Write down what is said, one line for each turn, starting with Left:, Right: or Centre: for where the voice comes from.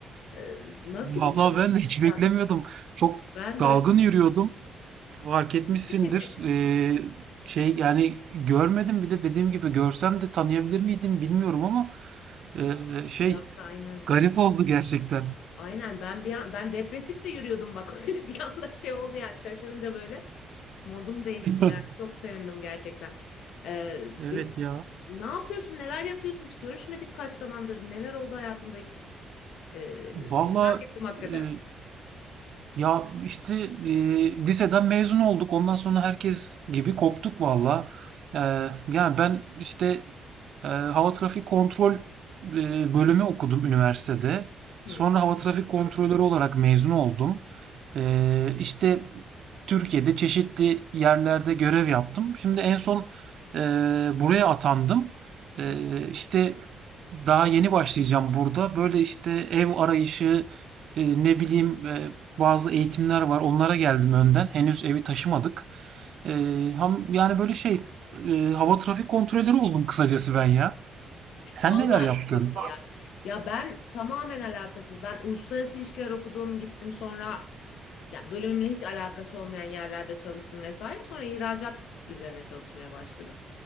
Left: E, nasıl
Right: Vallahi
Left: gidiyor?
Right: ben de hiç
Left: Nasıl gidiyor?
Right: beklemiyordum. Çok
Left: Ben
Right: dalgın
Left: de öyle.
Right: yürüyordum. Fark etmişsindir.
Left: <laughs>
Right: Ee, şey yani görmedim bir de dediğim gibi görsem de tanıyabilir miydim bilmiyorum ama e, şey
Left: Bir anda aynen
Right: garip oldu gerçekten.
Left: aynen ben bir an ben depresif de yürüyordum bak <laughs> öyle bir anda şey oldu yani şaşırınca böyle modum değişti
Right: <laughs>
Left: yani çok sevindim gerçekten. Ee,
Right: Evet
Left: de-
Right: ya.
Left: ne yapıyorsun neler yapıyorsun hiç görüşmedik kaç zamandır neler oldu hayatında hiç Ee,
Right: Valla
Left: merak ettim hakikaten.
Right: e, ya işte e, liseden mezun olduk. Ondan sonra herkes gibi koptuk valla. E, yani ben işte e, hava trafik kontrol e, bölümü okudum üniversitede.
Left: Hı,
Right: Sonra hava trafik kontrolörü olarak mezun oldum. Eee, işte Türkiye'de çeşitli yerlerde görev yaptım. Şimdi en son eee, buraya atandım. Eee,
Left: hı.
Right: işte daha yeni başlayacağım burada. Böyle işte ev arayışı, e, ne bileyim e, bazı eğitimler var. Onlara geldim önden. Henüz evi taşımadık. Eee, ham, yani böyle şey e, hava trafik kontrolörü oldum kısacası ben ya. Sen
Left: Vallahi
Right: neler yaptın?
Left: çok iyi ya. Ya ben tamamen alakasız. Ben uluslararası ilişkiler okudum, gittim sonra ya bölümümle hiç alakası olmayan yerlerde çalıştım vesaire. Sonra ihracat üzerine çalışmaya başladım.